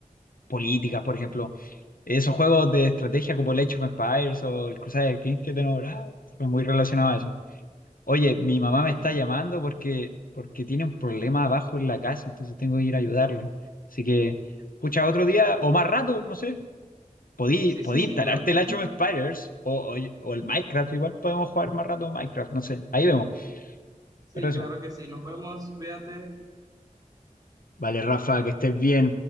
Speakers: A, on the left (about 80°); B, on the right (about 25°).
A: políticas, por ejemplo. Esos juegos de estrategia como el Age of Empires o el Crusader Kings que te nombraba, son muy relacionados a eso. Oye, mi mamá
B: <laughs>
A: me está llamando porque, porque tiene un problema abajo en la casa, entonces tengo que ir a ayudarle. Así que, pucha, otro día o más rato, no sé. podí,
B: Sí,
A: podí
B: sí, sí,
A: instalarte
B: claro que
A: el Age
B: sí.
A: of Spiders o, o, o el Minecraft, igual podemos jugar más rato Minecraft, no sé, ahí vemos,
B: Sí,
A: pero eso.
B: claro que sí. Nos vemos, cuídate.
A: Vale, Rafa, que estés bien.